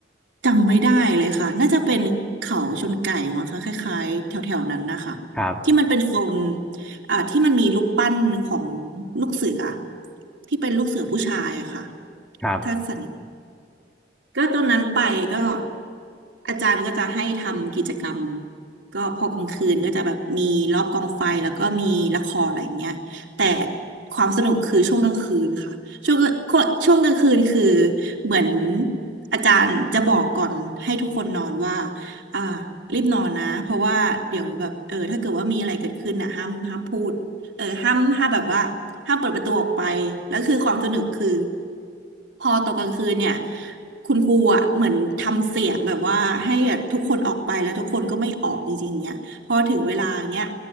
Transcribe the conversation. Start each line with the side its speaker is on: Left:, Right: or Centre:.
Right: จำไม่ได้เลยค่ะน่าจะเป็นเขาชนไก่มั้งคะคล้ายๆแถวแถวนั้นนะคะ
Centre: ครับ
Right: ที่มันเป็นโซนอ่าที่มันมีรูปปั้นของลูกเสือที่เป็นลูกเสือผู้ชายอะค่ะ
Centre: ครับ
Right: ถ้าสัน ก็ตอนนั้นไปก็อาจารย์ก็จะให้ทำกิจกรรมก็พอกลางคืนก็จะแบบมีรอบกองไฟแล้วก็มีละครอะไรอย่างเงี้ยแต่ความสนุกคือช่วงกลางคืนค่ะช่วงก็ช่วงกลางคืนคือเหมือนอาจารย์จะบอกก่อนให้ทุกคนนอนว่าอ่ารีบนอนนะเพราะว่าเดี๋ยวแบบเออถ้าเกิดว่ามีอะไรเกิดขึ้นอ่ะห้ามห้ามพูดเออห้ามห้ามแบบว่าห้ามเปิดประตูออกไปแล้วคือความสนุกคือพอตกกลางคืนเนี่ย คุณครูอ่ะเหมือนทำเสียงแบบว่าให้แบบทุกคนออกไปแล้วทุกคนก็ไม่ออกจริงๆเนี่ยพอถึงเวลาเนี้ย